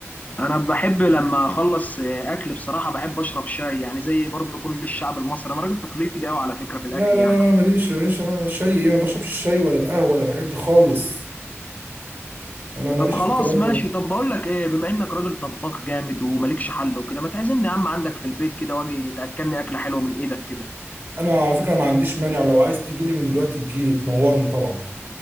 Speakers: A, on the left; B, on the right.
A: انا بحب لما اخلص آه، اكل بصراحه بحب اشرب شاي يعني زي برضو كل الشعب المصري انا راجل تقليدي قوي على فكره في الاكل
B: لا لا
A: يعني
B: لا لا ماليش ماليش انا شاي ايه ما بشربش الشاي ولا القهوة ولا الحاجات دي خالص انا ماليش
A: طب خلاص
B: في الكلام
A: ماشي
B: ده
A: طب بقول لك ايه بما انك راجل طباخ جامد ومالكش حل وكده ما تعزمني يا عم عندك في البيت كده واجي تاكلني اكله حلوه من ايدك كده
B: انا على فكرة ما عنديش مانع لو عايز تجيلي من دلوقتي تجيلي تنورني طبعا